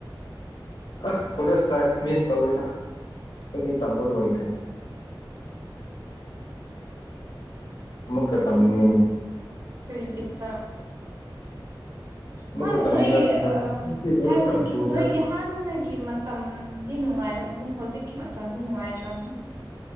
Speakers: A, on the left; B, on the right.
A: ꯑꯁ ꯀꯣꯂꯦꯖ ꯂꯥꯏꯐ ꯃꯤꯁ ꯇꯧꯋꯦꯗ ꯑꯩꯈꯣꯏꯗꯤ ꯇꯝꯕ ꯂꯣꯏꯈ꯭ꯔꯦ ꯑꯃꯨꯛꯀ ꯇꯝꯅꯤꯡꯉꯤꯅꯦ
B: ꯎꯝ ꯀꯔꯤ ꯕꯤꯠꯇ
A: ꯑꯃꯨꯛꯀ
B: <unintelligible>
A: ꯇꯝꯅꯤꯡꯉꯛꯄꯗꯣ
B: ꯅꯣꯏꯒꯤ ꯑ
A: ꯍꯧꯖꯤꯛꯇꯤ ꯕꯣꯔꯤꯡ
B: ꯍꯥꯏꯕꯗꯤ
A: ꯌꯥꯝ ꯆꯨꯈ꯭ꯔꯦꯕ
B: ꯅꯣꯏꯒꯤ ꯍꯥꯟꯅꯒꯤ ꯃꯇꯝꯗꯤ ꯅꯨꯡꯉꯥꯏꯔꯒꯅꯤ ꯍꯧꯖꯤꯛꯀꯤ ꯃꯇꯝꯗꯤ ꯅꯨꯡꯉꯥꯏꯇ꯭ꯔꯕꯅꯤ